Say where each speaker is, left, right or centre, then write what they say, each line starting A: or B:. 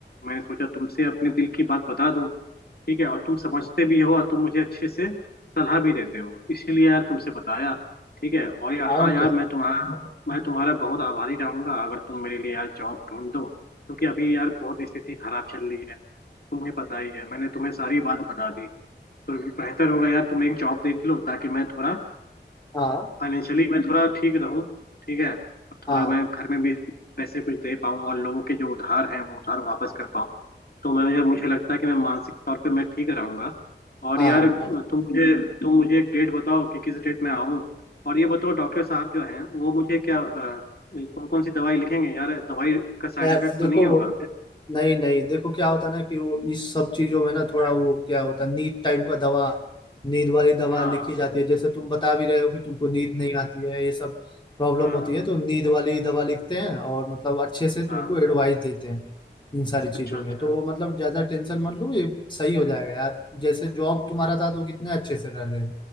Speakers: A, on the left; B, on the left.
A: मैंने सोचा तुमसे अपने दिल की बात बता दूँ ठीक है और तुम समझते भी हो और तुम मुझे अच्छे से सलाह भी देते हो इसीलिए यार तुमसे बताया ठीक है और यार
B: और
A: हाँ यार
B: क्या
A: मैं तुम्हारा मैं तुम्हारा बहुत आभारी रहूंगा अगर तुम मेरे लिए यार जॉब ढूंढ दो क्योंकि अभी यार बहुत स्थिति खराब चल रही है तुम्हें पता ही है मैंने तुम्हें सारी बात बता दी तो बेहतर होगा यार तुम एक जॉब देख लो ताकि मैं थोड़ा
B: हाँ
A: फाइनेंशियली मैं थोड़ा ठीक रहूं ठीक है और
B: हाँ
A: थोड़ा मैं घर में भी पैसे कुछ दे पाऊं और लोगों के जो उधार हैं वो उधार वापस कर पाऊं तो मैं मुझे मुझे लगता है कि मैं मानसिक तौर पे मैं ठीक रहूंगा और
B: हाँ
A: यार तुम मुझे तुम मुझे एक डेट बताओ कि किस डेट में आऊं और ये बताओ डॉक्टर साहब जो हैं वो मुझे क्या कौन कौन सी दवाई लिखेंगे यार दवाई का साइड
B: यार
A: इफेक्ट
B: देखो
A: तो नहीं होगा
B: नहीं नहीं देखो क्या होता है ना कि वो इस सब चीजों में ना थोड़ा वो क्या होता है नींद टाइप का दवा नींद वाली दवा
A: हाँ
B: लिखी जाती है जैसे तुम बता भी रहे हो कि तुमको नींद नहीं आती है ये सब प्रॉब्लम
A: हाँ
B: होती
A: हाँ
B: है तो नींद वाली दवा लिखते हैं और मतलब अच्छे से तुमको
A: हाँ।
B: एडवाइस देते हैं इन सारी चीजों
A: अच्छा अच्छा
B: में तो मतलब ज्यादा टेंशन मत लो ये सही हो जाएगा यार जैसे जॉब तुम्हारा था तो कितने अच्छे से रह रहे